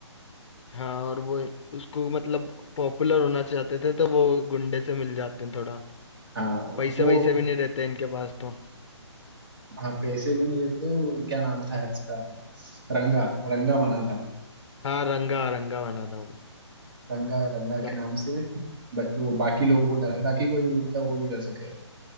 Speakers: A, on the left (about 70°); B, on the right (about 50°).
A: हाँ और वो उसको मतलब पॉपुलर होना चाहते थे तो वो गुंडे से मिल जाते हैं थोड़ा
B: हाँ
A: पैसे
B: वो
A: वैसे भी नहीं रहते इनके पास तो
B: हाँ पैसे भी नहीं रहते वो क्या नाम था इसका रंगा रंगा बना था
A: हाँ रंगा रंगा बना था वो
B: रंगा रंगा
A: याद-
B: के नाम से बट वो बाकी लोगों को डरा ताकि कोई उनका वो नहीं कर सके